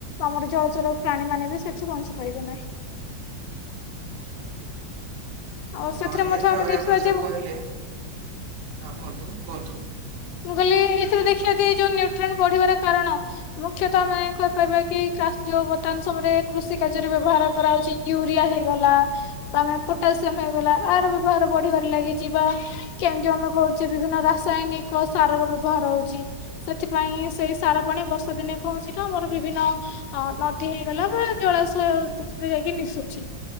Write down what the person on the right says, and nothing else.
ହଁ ନିହାତି
ଭାବରେ
ଆପଣ ଯାହା
କହିଲେ ହଁ କୁହନ୍ତୁ କୁହନ୍ତୁ।